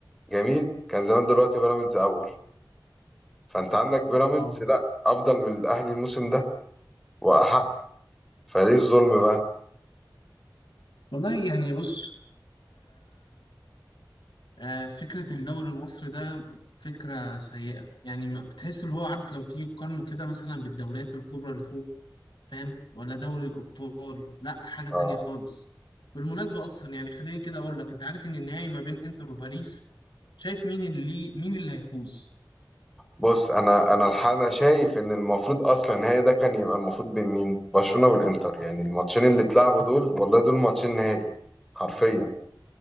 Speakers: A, in the centre; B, on the left (about 85°).
A: جميل كان زمان دلوقتي بيراميدز أول فأنت عندك بيراميدز
B: اه
A: لا أفضل من الأهلي الموسم ده وأحق فليه الظلم بقى؟
B: والله يعني بص آه، فكرة الدوري المصري ده فكرة سيئة يعني ما- بتحس اللي هو عارف لو تيجي تقارنه كده مثلا بالدوريات الكبرى اللي فوق فاهم ولا دوري الأبطال لا حاجة تانية
A: آه.
B: خالص بالمناسبة أصلا يعني خليني كده أقول لك أنت عارف إن النهائي ما بين إنتر وباريس شايف مين اللي مين اللي هيفوز
A: بص انا انا الحق انا شايف ان المفروض اصلا هي ده كان يبقى المفروض بين مين برشلونة والانتر يعني الماتشين اللي اتلعبوا دول والله دول ماتشين نهائي حرفيا